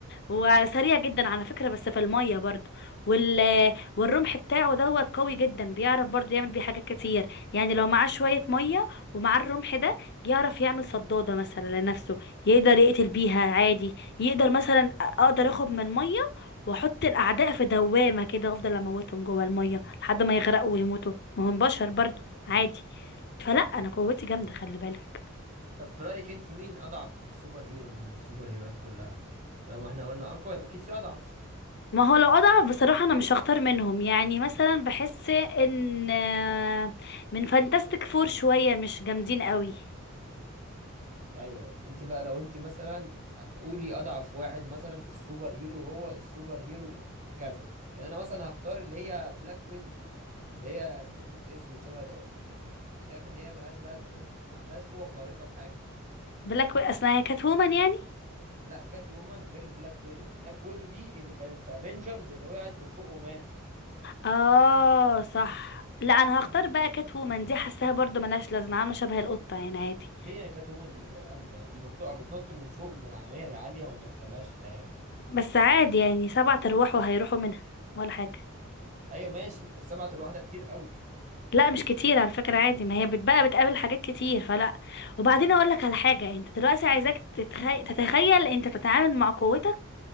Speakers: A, on the left; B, on the right.
A: هو سريع جدا على فكرة بس في المية برضو وال... والرمح بتاعه دوت قوي جدا بيعرف برضو يعمل بيه حاجات كتير يعني لو معاه شوية مية ومعاه الرمح ده يعرف يعمل صدادة مثلا لنفسه يقدر يقتل بيها عادي يقدر مثلا اقدر اخد من المية واحط الاعداء في دوامة كده وافضل اموتهم جوه المية لحد ما يغرقوا ويموتوا ما هم بشر برضو عادي فلا انا قوتي جامدة خلي بالك
B: طب في رايك انت مين اضعف سوبر هيرو من السوبر هيروات كلها لما احنا قلنا اقوى يبقى اكيد في اضعف
A: ما هو لو اضعف بصراحة انا مش هختار منهم يعني مثلا بحس ان آه، من فانتاستيك فور شوية مش جامدين قوي
B: ايوه انت بقى لو انت مثلا هتقولي اضعف واحد مثلا في السوبر هيرو هو السوبر هيرو كذا يعني انا مثلا هختار اللي هي بلاك ويدو دي اللي هي بتلبس اسود شبه الأ- يعني شايف ان هي ملهاش لازمه ما عندهاش قوه خارقه في حاجه
A: بلاك وي- اسمها كات وومن يعني
B: لا كات وومن غير بلاك ويدو بلاك ويدو دي اللي كانت في افنجرز اللي وقعت من فوق وماتت
A: اه صح لا انا هختار بقى كات وومن دي حاساها برضو ملهاش لازمة عاملة شبه القطة يعني عادي
B: ليه يعني كات وومن دي جامده دي ما بتقع بتنط من فوق من العماير العاليه وما بيحصلهاش حاجه
A: بس عادي يعني سبعة ارواح وهيروحوا منها ولا حاجة
B: ايوه ماشي بس سبعة الواحده كتير قوي
A: لا مش كتير على فكرة عادي ما هي بتبقى بتقابل حاجات كتير فلا وبعدين اقول لك على حاجة انت دلوقتي عايزاك تتخي... تتخيل انت بتتعامل مع قوتك